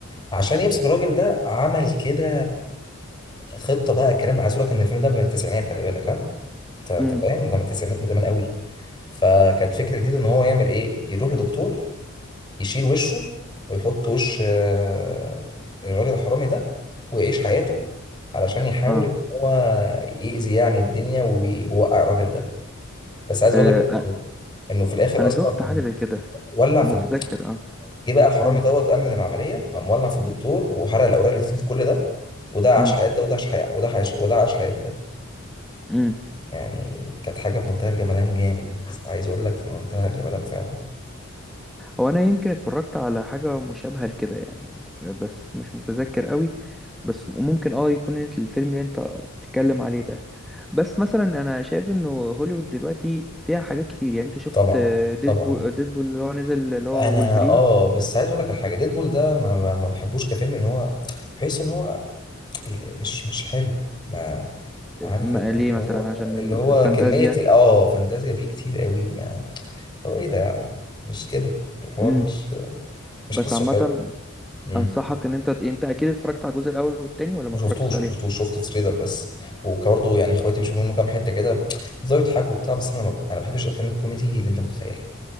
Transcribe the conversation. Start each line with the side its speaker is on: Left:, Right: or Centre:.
Left: عشان يمسك الراجل ده عمل كده خطة بقى الكلام ده عايز اقول لك ان الفيلم ده من التسعينات خلي بالك ها انت أنت
Centre: مم.
Left: فاهم ده من التسعينات من زمان قوي فكانت فكرة جديدة ان هو يعمل ايه يروح لدكتور يشيل وشه ويحط وش آه، الراجل الحرامي ده ويعيش حياته علشان يحاول
Centre: آه.
Left: ان هو يأذي يعني الدنيا ويوقع الراجل ده بس عايز اقول
Centre: اه
Left: لك
Centre: أ-
Left: انه إنه في الاخر
Centre: انا
Left: اصلا
Centre: شفت حاجه زي كده
Left: ولع
Centre: متذكر
Left: في الد-
Centre: اه
Left: جه بقى الحرامي
Centre: مم.
Left: دوت امن العمليه قام ولع في الدكتور وحرق الاوراق اللي كتبت كل ده وده عاش
Centre: مم.
Left: حياه ده وده عاش حياه وده عاش وده عاش حياه ده
Centre: مم.
Left: يعني كانت حاجه في منتهى الجمدان جامد عايز اقول لك في منتهى الجمدان فعلا
Centre: هو انا يمكن اتفرجت على حاجه مشابهه لكده يعني بس مش متذكر قوي بس ممكن اه يكون الفيلم اللي انت بتتكلم عليه ده بس مثلا انا شايف انه هوليوود دلوقتي فيها حاجات كتير يعني انت شفت
Left: طبعا
Centre: ديدبول
Left: طبعا
Centre: ديدبول اللي هو نزل اللي هو
Left: انا
Centre: وولفرين
Left: اه بس عايز اقول لك على حاجه ديدبول ده ما, ما ما بحبوش كفيلم ان هو بحس ان هو ال- مش مش حلو ما عارف
Centre: ما-
Left: انت
Centre: ليه
Left: اللي
Centre: مثلا
Left: هو
Centre: عشان ال-
Left: اللي هو
Centre: الفانتازيا
Left: كميه ال- اه فانتازيا فيه كتير قوي ما هو ايه ده يا عم مش كده الحوار
Centre: امم
Left: مش مش
Centre: بس
Left: حاسه
Centre: عامة
Left: حلو امم
Centre: انصحك ان انت انت اكيد اتفرجت على الجزء الاول والتاني ولا ما
Left: ما
Centre: اتفرجتش
Left: شفتوش
Centre: عليهم
Left: ما شفتوش شفت تريلر بس وبرضه يعني اخواتي بيشوفوا منه كام حته كده بيفضلوا يضحكوا وبتاع بس انا ما انا ما بحبش الافلام الكوميدي اللي انت متخيلها